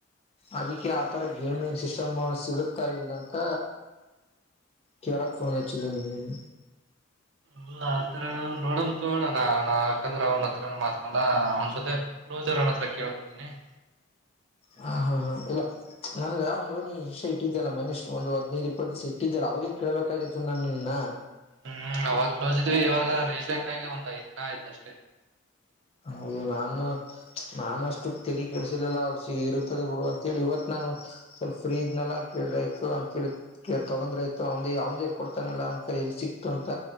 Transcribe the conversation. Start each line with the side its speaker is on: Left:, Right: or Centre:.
Left: ಅದಕ್ಕೆ ಆತರ ಗೇಮಿಂಗ್ ಸಿಸ್ಟಮ್ ಸಿಗತಾ ಇಲ್ಲ ಅಂತ ಕೇಳಕ್ಫೋನ್ ಹಚ್ಚಿದ ನಿನಗ
Right: ಹ ಆತರ ನೋಡಮ ತೋಗಣ ಯಾಕಂದ್ರೆ ಅವನ್ ಹತ್ರನುಮಾತಾಡಲ್ಲ. ವನ್ಸತೆ ಕ್ಲೋಸಿರನ್ನ ಹತ್ರ ಕೇಳ್ಕೊತೇನಿ. -
Left: ಹಾ, ಹಾ, ಹಾ ಇಲ್ಲ ನನ್ಗ ಒಂದು ನೀ ಇಷ್ಯ ಇಟ್ಟಿದ್ದ್ಯಲ್ಲ ಮನಷ್ಟ ಒಂದು ಹದ್ನೈದ ಇಪ್ಪತ್ ದಿವಸ ಇಟ್ಟಿದ್ದಲ್ಲ ಅವಾಗ ಕೇಳಬೇಕಾಗಿತ್ತು ನಿನ್ನನ್ನ.
Right: ಹ್ಮ್, ಅವಾಗ ಕ್ಲೋಸ್ ಇದೀವಿ ಇವಾಗ ರೀಸೆಂಟ್ ಆಗಿ ಒಂದ್ ಐದ್ ದಿನ ಆಯ್ತು ಅಷ್ಟೆ.
Left: ಹೌದು, ನಾನು ನಾನು ಅಷ್ಟು ತಲಿ ಕೆಡ್ಸಲಿಲ್ಲಾ ಇರುತ್ತದ ಬಿಡು ಅಂತೇಳಿ ಇವತ್ ನಾನು ಸ್ವಲ್ಪ ಫ್ರೀ ಇದ್ನಲ್ಲ ಕೇಳಿದ್ರಾಯಿತು ಅಂತ ಹೇಳಿ ತಗಂದ್ರ ಆಯತು ಅವಂದಿ ಅವಂದ ಕೊಡ್ತಾನಲ್ಲ ಒಂತ ಎಲ್ಲಿ ಸಿಕ್ತು ಅಂತ